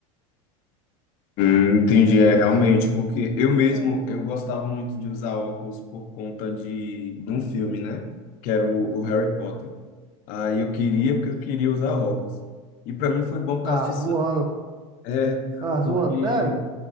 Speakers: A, on the left; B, on the right.
A: Hum, entendi,
B: Não sei.
A: é realmente, porque eu mesmo,
B: É.
A: eu gostava muito de usar óculos por conta de, de um filme, né? Que era o, o Harry Potter. Aí eu queria, porque eu queria usar óculos. E pra mim foi bom por causa
B: Ah,
A: disso
B: zoando.
A: É,
B: Ah,
A: porque
B: zoando, sério?